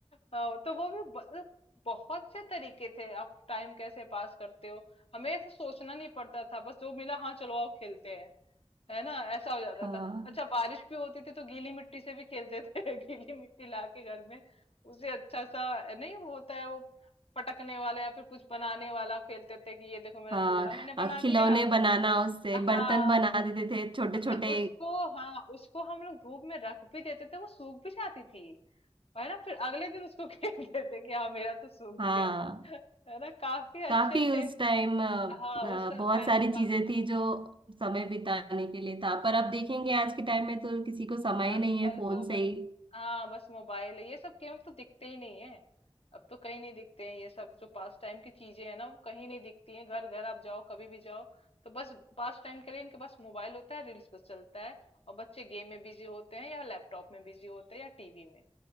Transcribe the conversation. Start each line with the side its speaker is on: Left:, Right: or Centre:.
Left: हाँ, तो वो भी ब- बहुत से तरीके थे आप टाइम कैसे पास करते हो हमें ऐसे सोचना नहीं पड़ता था बस जो मिला हाँ चलो आओ खेलते हैं है ना ऐसा हो जाता
Right: हाँ
Left: था अच्छा बारिश भी होती थी तो गीली मिट्टी से भी खेलते थे <laughs> गीली मिट्टी ला के घर में उसे अच्छा सा नहीं वो होता है वो पटकने वाला या फिर कुछ बनाने वाला खेलते थे कि ये देखो मेरा
Right: हाँ
Left: चूल्हा मैंने
Right: अ,
Left: बना दिया
Right: खिलौने बनाना उससे
Left: हाँ
Right: बर्तन बना देते थे छोटे
Left: अच्छा
Right: छोटे
Left: उसको हाँ उसको हम लोग धूप में रख भी देते थे वो सूख भी जाती थी है ना फिर अगले दिन उसको <laughs> खेलते थे कि हाँ मेरा तो सूख
Right: हाँ
Left: गया <laughs> है ना काफी
Right: काफी
Left: अच्छे अच्छे
Right: उस टाइम
Left: हाँ
Right: बहुत
Left: उस टाइम
Right: सारी
Left: तो काफी
Right: चीजें थी जो समय बिताने के लिए था पर अब देखेंगे आज के टाइम में तो किसी को समय
Left: आजकल
Right: ही नहीं है फोन
Left: तो
Right: से ही
Left: हाँ बस मोबाइल है ये सब गेम तो दिखते ही नहीं है अब तो कहीं नहीं दिखते हैं ये सब जो पास टाइम की चीजें है ना वो कहीं नहीं दिखती हैं घर घर आप जाओ कभी भी जाओ तो बस पास टाइम के लिए इनके पास मोबाइल होता है रील्स पे चलता है और बच्चे गेम में बिजी होते हैं या लैपटॉप में बिजी होते हैं या टीवी में